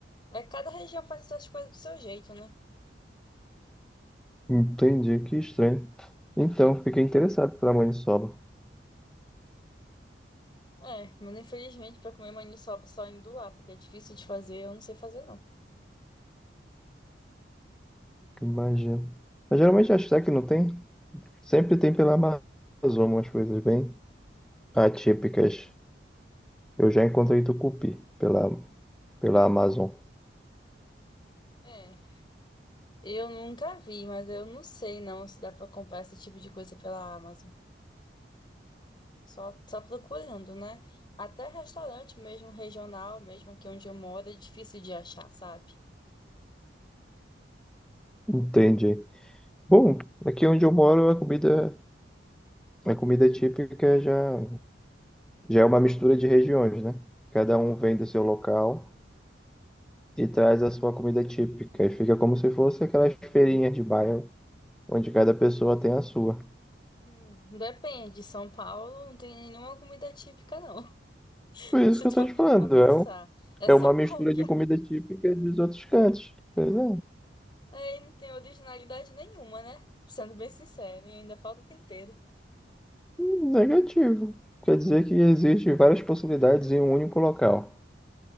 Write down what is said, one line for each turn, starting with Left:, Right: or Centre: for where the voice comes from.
Left: É, cada região faz essas coisas do seu jeito, né?
Centre: Entendi, que estranho. Então, fiquei interessado pela maniçoba.
Left: É, mas infelizmente pra comer maniçoba só indo lá, porque é difícil de fazer, eu não sei fazer, não.
Centre: Que magia. Mas geralmente acho que não tem. Sempre tem pela Amazônia umas coisas bem atípicas. Eu já encontrei tucupi pela, pela Amazon.
Left: É, eu nunca vi, mas eu não sei não se dá pra comprar esse tipo de coisa pela Amazon. Só, só procurando, né? Até restaurante mesmo regional, mesmo aqui onde eu moro, é difícil de achar, sabe?
Centre: Entendi. Bom, aqui onde eu moro a comida, a comida típica já, já é uma mistura de regiões, né? Cada um vem do seu local e traz a sua comida típica. E fica como se fosse aquelas feirinhas de bairro onde cada pessoa tem a sua.
Left: Hum, depende, São Paulo não tem nenhuma comida típica, não.
Centre: Por isso
Left: Se
Centre: que
Left: tu
Centre: eu tô
Left: for
Centre: te
Left: parar
Centre: falando,
Left: pra pensar,
Centre: é um
Left: é
Centre: É
Left: só
Centre: uma mistura
Left: <laughs> cópia.
Centre: de comida típica dos outros cantos. Pois é.
Left: Aí não tem originalidade nenhuma, né? Sendo bem sincero, e ainda falta tempero.
Centre: Hum, Negativo. Quer dizer que existem várias possibilidades em um único local.